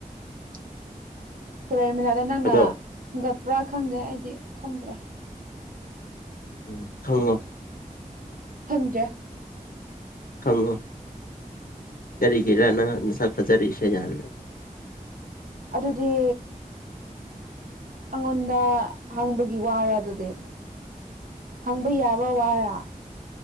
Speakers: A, on the right (about 70°); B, on the left (about 80°).
A: <inaudible> ꯇꯨꯔꯦꯟ ꯃꯅꯥꯗ ꯅꯪꯅ
B: ꯑꯗꯣ
A: ꯍꯨꯡꯒꯠꯄ꯭ꯔꯥ ꯈꯪꯗꯦ ꯑꯩꯗꯤ ꯈꯪꯗ꯭ꯔꯦ
B: ꯎꯝ ꯈꯪꯉꯣ
A: ꯈꯟꯗꯦ
B: ꯈꯪꯉꯣ ꯀꯔꯤꯒꯤꯔ ꯅꯪ ꯅꯁꯛ ꯐꯖꯔꯛꯏꯁꯦ ꯌꯥꯝꯅ
A: ꯑꯗꯨꯗꯤ ꯑꯉꯣꯟꯗ ꯍꯪꯕꯒꯤ ꯋꯥꯔ ꯑꯗꯨꯗꯤ ꯍꯪꯕ ꯌꯥꯕ ꯋꯥꯔꯥ